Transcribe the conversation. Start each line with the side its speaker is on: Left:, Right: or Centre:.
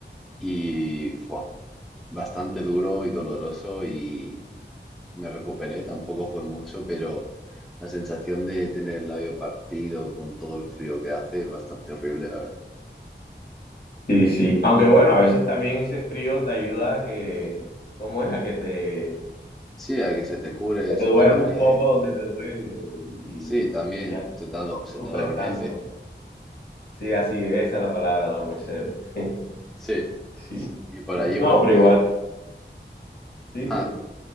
Centre: y fue bastante duro y doloroso y me recuperé, tampoco fue mucho, pero la sensación de tener el labio partido con todo el frío que hace es bastante horrible, la verdad.
Left: Sí, sí. Aunque bueno, a veces también ese frío te ayuda a que, ¿cómo es? A que te,
Centre: Sí, a que se te cure,
Left: te
Centre: se
Left: duerme
Centre: te pare.
Left: un poco donde te duele y,
Centre: Sí, también,
Left: y así
Centre: se te, ado-
Left: no
Centre: se
Left: no
Centre: te
Left: sufres
Centre: adormece.
Left: tanto. Sí, así es, esa es la palabra, adormecer. <laughs>
Centre: Sí,
Left: Sí,
Centre: y por
Left: sí.
Centre: allí,
Left: No,
Centre: por el
Left: pero
Centre: País...
Left: igual, sí,
Centre: Ah,
Left: sí.